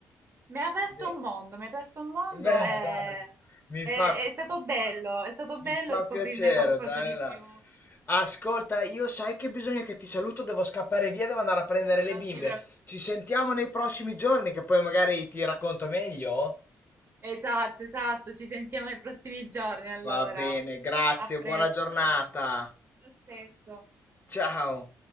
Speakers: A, on the right (about 40°); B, on the left (about 35°).
A: mi ha aperto
B: Beh,
A: un mondo, mi ha aperto un mondo
B: beh,
A: e
B: dai, no. mi
A: e-
B: fa,
A: è, stato bello, è stato bello
B: mi fa
A: scoprirne
B: piacere,
A: qualcosa
B: dai,
A: di
B: là.
A: più.
B: Ascolta, io sai che bisogna che ti saluto, devo scappare via, devo andare a prendere le
A: Non
B: bimbe.
A: ti preoccupare.
B: Ci sentiamo nei prossimi giorni, che poi magari ti racconto meglio.
A: Esatto, esatto, ci sentiamo nei prossimi giorni allora.
B: Va bene, grazie,
A: A presto.
B: buona giornata.
A: Lo stesso.
B: Ciao.